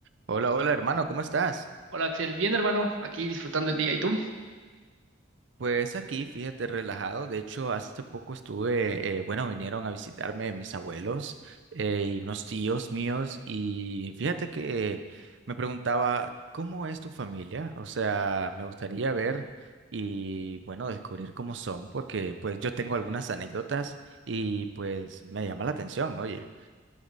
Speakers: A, on the right; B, on the right.
A: Hola, hola hermano, ¿cómo estás?
B: Hola Axel, bien hermano, aquí disfrutando el día. ¿Y tú?
A: Pues aquí, fíjate, relajado. De hecho, hace poco estuve, eh, bueno, vinieron a visitarme mis abuelos eh, y unos tíos míos y fíjate que me preguntaba, ¿cómo es tu familia? O sea, me gustaría ver y, bueno, descubrir cómo son, porque pues yo tengo algunas anécdotas y pues me llama la atención, oye.